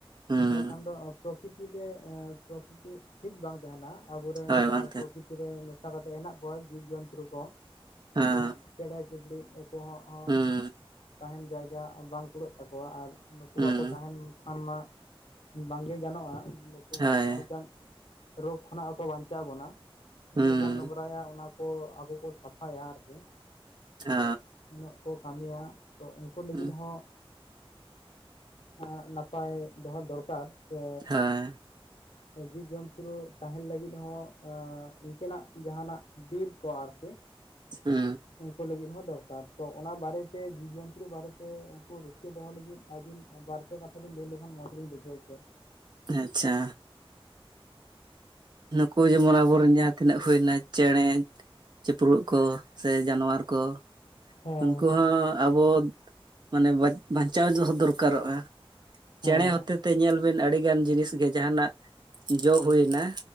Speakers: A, on the right; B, on the left.
A: ᱦᱩᱸ
B: ᱛᱟᱦᱞᱮ ᱠᱷᱟᱱ ᱫᱚ ᱯᱨᱚᱠᱤᱛᱤ ᱜᱮ ᱮᱸ ᱯᱨᱚᱠᱤᱛᱤ ᱴᱷᱤᱠ ᱵᱟᱝ ᱛᱟᱦᱮᱱᱟ ᱟᱵᱚᱨᱮᱱ
A: ᱦᱳᱭ
B: ᱡᱟᱦᱟᱸ
A: ᱵᱟᱝ ᱛᱮ
B: ᱯᱨᱚᱠᱤᱛᱤᱨ ᱨᱮ ᱢᱮᱥᱟ ᱠᱟᱛᱮᱜ ᱦᱮᱱᱟᱜ ᱠᱚᱣᱟ ᱡᱤᱵ ᱡᱚᱱᱛᱨᱩ ᱠᱚ
A: ᱦᱮᱸ
B: ᱡᱮᱢᱚᱱ ᱪᱮᱬᱮ ᱪᱩᱯᱲᱤᱫ ᱱᱩᱠᱩ ᱦᱚᱸ ᱦᱚᱸ
A: ᱦᱩᱸ
B: ᱛᱟᱦᱮᱱ ᱡᱟᱭᱜᱟ ᱵᱟᱝ ᱠᱩᱲᱟᱹᱜ ᱛᱟᱠᱚᱣᱟ ᱟᱨ ᱱᱩᱠᱩ
A: ᱦᱩᱸ
B: ᱵᱟᱠᱚ ᱛᱟᱦᱮᱱ ᱠᱷᱟᱱ ᱢᱟ ᱵᱟᱝ ᱜᱮ ᱜᱟᱱᱚᱜᱼᱟ ᱱᱩᱠᱩ
A: ᱦᱳᱭ
B: ᱢᱟ ᱟᱹᱰᱤᱜᱟᱱ ᱨᱳᱜᱽ ᱠᱷᱚᱱᱟᱜ ᱦᱚᱸᱠᱚ ᱵᱟᱧᱪᱟᱣ ᱵᱚᱱᱟ
A: ᱦᱩᱸ
B: ᱩᱱᱟᱹᱜ ᱵᱚᱱ ᱱᱚᱝᱨᱟᱭᱟ ᱚᱱᱟ ᱠᱚ ᱟᱹᱵᱚ ᱠᱚ ᱥᱟᱯᱷᱟᱭᱟ ᱟᱨᱠᱤ
A: ᱚ,
B: ᱛᱚ ᱩᱱᱟᱹᱜ ᱠᱚ ᱠᱟᱹᱢᱤᱭᱟ ᱛᱚ ᱩᱱᱠᱩ ᱞᱟᱹᱜᱤᱫ
A: ᱦᱩᱸ,
B: ᱦᱚᱸ ᱮᱸ ᱱᱟᱯᱟᱭ ᱫᱚᱦᱚ ᱫᱚᱨᱠᱟᱨ ᱥᱮ
A: ᱦᱳᱭ
B: <unintelligible> ᱡᱤᱵ ᱡᱚᱱ <unintelligible> ᱛᱟᱦᱮᱱ ᱞᱟᱹᱜᱤᱫ ᱦᱚᱸ ᱟᱸ ᱤᱱᱠᱟᱹᱱᱟᱜ ᱡᱟᱦᱟᱱᱟᱜ ᱵᱤᱨ ᱠᱚ ᱟᱨᱠᱤ
A: ᱦᱩ
B: ᱩᱱᱠᱩ ᱞᱟᱹᱜᱤᱫ ᱦᱚᱸ ᱫᱚᱨᱠᱟᱨ ᱛᱚ ᱚᱱᱟ ᱵᱟᱨᱮᱛᱮ ᱡᱤᱵᱽ ᱡᱚᱱᱛᱨᱩ ᱵᱟᱨᱮᱛᱮ ᱩᱱᱠᱩ ᱨᱩᱠᱷᱤᱭᱟᱹ ᱫᱚᱦᱚ ᱞᱟᱹᱜᱤᱫ ᱟᱹᱵᱤᱱ ᱵᱟᱨ <unintelligible> ᱠᱟᱛᱷᱟ ᱵᱮᱱ ᱞᱟᱹᱭ ᱞᱮᱠᱷᱟᱱ ᱢᱚᱡᱽ ᱞᱤᱧ ᱵᱩᱡᱟᱹᱣ ᱠᱮᱭᱟ
A: ᱟᱪᱪᱷᱟ ᱱᱩᱠᱩ ᱡᱮᱢᱚᱱ ᱟᱵᱚᱨᱮᱱ ᱡᱟᱦᱟᱸ ᱛᱤᱱᱟᱹᱜ ᱦᱩᱭᱱᱟ ᱪᱮᱸᱬᱮ ᱪᱤᱯᱨᱩᱫ ᱠᱚ ᱥᱮ ᱡᱟᱱᱣᱟᱨ ᱠᱚ
B: ᱦᱮᱸ
A: ᱩᱱᱠᱩ ᱦᱚᱸ ᱟᱵᱚ ᱢᱟᱱᱮ ᱵᱟᱡ ᱵᱟᱧᱪᱟᱣ ᱫᱚᱦᱚ ᱫᱚᱨᱠᱟᱨᱚᱜᱼᱟ
B: ᱦᱮᱸ
A: ᱪᱮᱸᱬᱮ ᱦᱚᱛᱮ ᱛᱮ ᱧᱮᱞ ᱵᱤᱱ ᱟᱹᱰᱤᱜᱟᱱ ᱡᱤᱱᱤᱥ ᱜᱮ ᱡᱟᱦᱟᱱᱟᱜ ᱡᱚ ᱦᱩᱭᱱᱟ